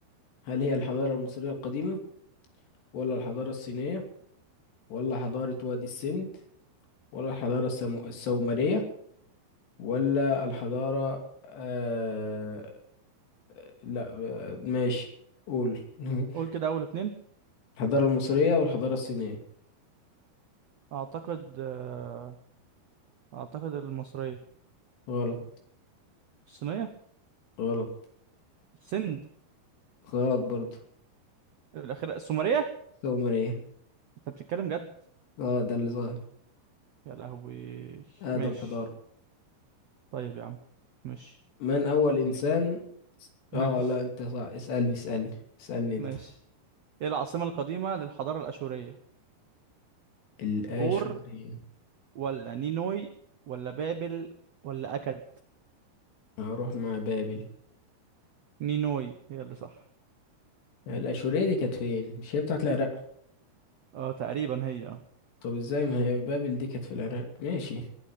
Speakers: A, on the left; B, on the right.
A: هل هي الحضارة المصرية القديمة ولا الحضارة الصينية ولا حضارة وادي السند ولا الحضارة السم... السومرية ولا الحضارة آه... لا آه، ماشي قول <laughs>
B: قول كده اول اتنين
A: الحضارة المصرية والحضارة الصينية
B: اعتقد آه، اعتقد المصرية
A: غلط
B: الصينية
A: غلط
B: السند
A: غلط برضو
B: الأخيرة السومرية
A: السومرية
B: انت بتتكلم جد
A: اه ده اللي ظاهر
B: يا لهوي
A: أقدم
B: ماشي
A: حضارة
B: طيب يا عم ماشي
A: من أول إنسان
B: اديك سؤال <laughs>
A: اه
B: ماشي
A: لا انت صح اسألني اسألني اسألني
B: ماشي
A: انت
B: ايه العاصمة القديمة للحضارة الأشورية
A: الآشورية
B: اور ولا نينوي ولا بابل ولا أكد
A: هروح مع بابل
B: نينوي هي اللي صح
A: الآشورية دي كانت فين مش هي بتاعت العراق
B: اه تقريبا هي اه
A: طب ازاي ما هي بابل دي كانت في العراق ماشي